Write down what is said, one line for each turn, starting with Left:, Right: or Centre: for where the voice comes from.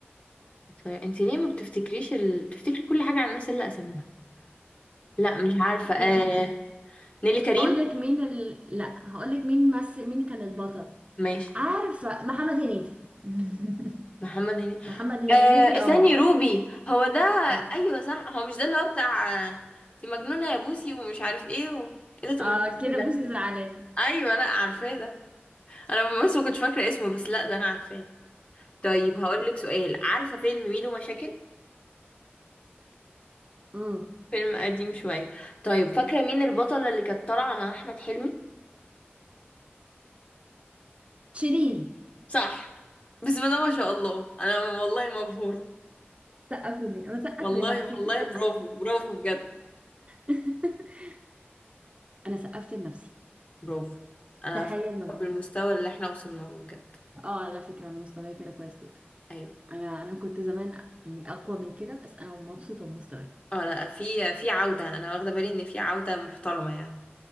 Left: انت ليه ما بتفتكريش ال... بتفتكري كل حاجة عن الناس اللي اساميهم لا مش عارفة
Right: <laughs>
Left: آه...
Right: لا أفر.
Left: نيلي كريم
Right: هقول لك مين ال... لا هقول لك مين مثل مين كان البطل
Left: ماشي
Right: عارفة محمد هنيدي <laughs>
Left: محمد هنيدي
Right: محمد هنيدي
Left: آه... ثاني
Right: اه
Left: روبي هو ده
Right: شاطر
Left: ايوه صح هو مش ده اللي هو بتاع آه، دي مجنونة يا بوسي ومش عارف ايه و... ايه ده طب
Right: اه
Left: ما انا عارفة
Right: كده
Left: إيه ده
Right: بوسي زعلانة
Left: ايوه لا عارفاه ده انا بس ما كنتش فاكرة اسمه بس لا ده انا عارفاه طيب هقول لك سؤال عارفة فيلم ميدو مشاكل
Right: امم
Left: فيلم قديم شوية طيب فاكرة مين البطلة اللي كانت طالعة مع احمد حلمي
Right: شيرين
Left: صح بسم الله ما شاء الله انا والله مبهورة
Right: سقفوا لي انا سقفت
Left: والله
Right: لنفسي
Left: والله برافو برافو بجد
Right: <laughs> انا سقفت لنفسي
Left: برافو انا
Right: تخيل
Left: فخورة
Right: مجهودي
Left: بالمستوى اللي احنا وصلنا له بجد
Right: اه على فكرة انا مستواي كده كويس جدا
Left: ايوه
Right: انا انا كنت زمان يعني اقوى من كده بس انا مبسوطة بمستواي
Left: اه لا في في عودة انا واخدة بالي ان في عودة محترمة يعني